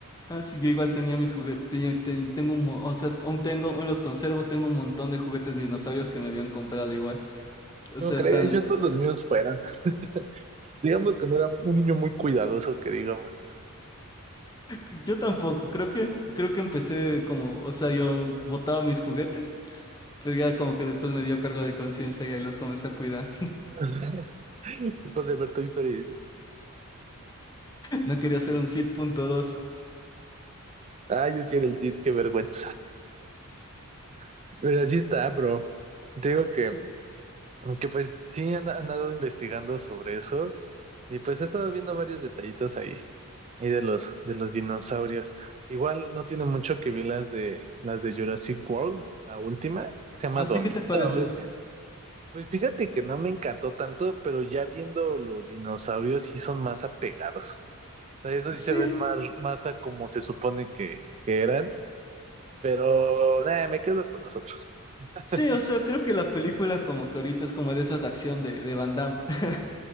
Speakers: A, on the left (about 20°); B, on the right (about 30°).
A: Ah, sí, yo igual tenía mis juguetes, tengo un, mo- o sea, aún tengo, aún los conservo, tengo un montón de juguetes de dinosaurios que me habían comprado igual. O
B: No
A: sea,
B: crees,
A: están,
B: yo todos los míos fueran. <laughs> Digamos que no era un niño muy cuidadoso, que digamos.
A: yo tampoco, creo que, creo que empecé como, o sea, yo botaba mis juguetes, pero ya como que después me dio cargo de conciencia y ahí los comencé a cuidar.
B: <laughs> Después de ver tu historia
A: <laughs> No quería hacer un Sid.2.
B: Ah, yo sí era el Cid, qué vergüenza. <laughs> Pero así está, bro. Te digo que,
A: Sí.
B: que pues sí han, han andado investigando sobre eso y pues he estado viendo varios detallitos ahí, ahí de los, de los dinosaurios. Igual no tiene mucho que ver las de, las de Jurassic World, la última, se llama
A: Así
B: Dominion.
A: que te parece.
B: algo así. Pues fíjate que no me encantó tanto, pero ya viendo los dinosaurios sí son más apegados. O sea, esos
A: Sí,
B: sí se ven más, más a como se supone que, que eran, pero nada, me quedo con los otros. <laughs>
A: sí, o sea, creo que la película como que ahorita es como de esas de acción de, de Van Damme. <laughs>